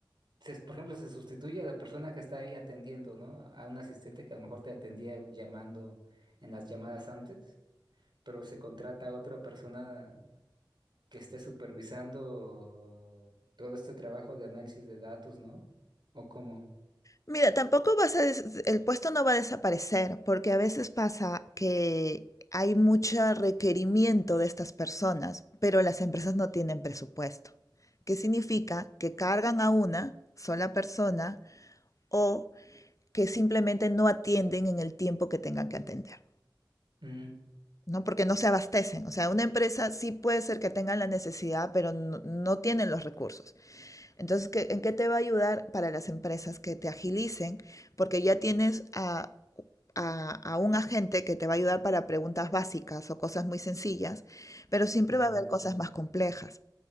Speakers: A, on the right; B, on the left.
A: se- por ejemplo, se sustituye a la persona que está ahí atendiendo, ¿no? A un asistente que a lo mejor te atendía llamando en las llamadas antes, pero se contrata a otra persona que esté supervisando todo este trabajo de análisis de datos, ¿no? O cómo?
B: Mira, tampoco vas a des- el puesto no va a desaparecer, porque a veces pasa que hay mucho requerimiento de estas personas, pero las empresas no tienen presupuesto. ¿Qué significa? Que cargan a una sola persona o que simplemente no atienden en el tiempo que tengan que atender,
A: Mm,
B: ¿no? Porque no se abastecen. O sea, una empresa sí puede ser que tengan la necesidad, pero no, no tienen los recursos. Entonces, ¿qué- ¿en qué te va a ayudar para las empresas que te agilicen? Porque ya tienes a, a- a un agente que te va a ayudar para preguntas básicas o cosas muy sencillas, pero siempre
A: mm,
B: va a haber cosas más complejas.